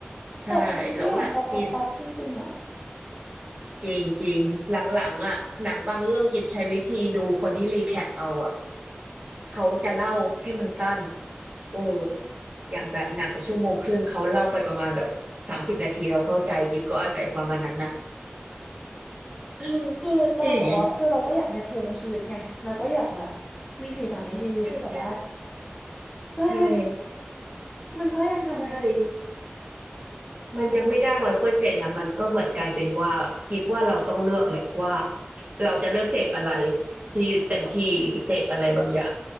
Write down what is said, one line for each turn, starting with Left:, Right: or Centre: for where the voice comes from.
Right: ใช่แล้วแบบซี
Left: แบบมันไม่ยอมปรับปรับปรับจริงๆอ่ะ
Right: จริงจริงหลังๆอ่ะหนังบางเรื่องกิบใช้วิธีดูคนที่รีแคปเอาอ่ะเขาจะเล่าให้มันสั้นโอ้อย่างแบบหนังชั่วโมงครึ่งเขาเล่าไปประมาณแบบสามสิบนาทีเราเข้าใจกิบก็อาศัยฟังอันนั้นนะ <laughs>
Left: คือเราแต่ว่าคือเราก็อยากเอนเตอร์เทนในชีวิตไงเราก็อยากแบบ
Right: จริง
Left: มีสีสันในชีวิตแต่ว่า
Right: ใช่ใช่
Left: เออ
Right: ใช่
Left: มันก็ยังทำไม่ได
Right: ใช่มันยังไม่ได้ร้อยเปอร์เซ็นต์นะมันก็เหมือนกลายเป็นว่ากิบว่าเราต้องเลือกแหละว่า
Left: ้
Right: เราจะเลือกเสพอะไรที่เต็มที่หรือเสพอะไรบางอย่าง